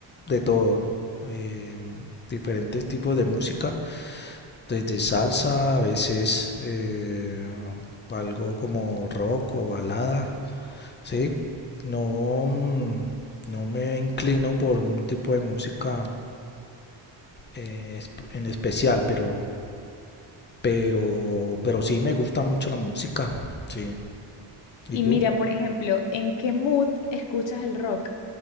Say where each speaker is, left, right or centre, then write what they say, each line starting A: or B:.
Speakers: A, on the left (about 25°); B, on the left (about 70°).
A: de todo, em, diferentes tipos de música, desde salsa, a veces eh, algo como rock o balada, ¿sí? No, mm, no me inclino por un tipo de música eh, esp- en especial, pero, pero, pero sí me gusta mucho la música, sí.
B: Y
A: ¿Y tú?
B: mira, por ejemplo, ¿en qué mood escuchas el rock?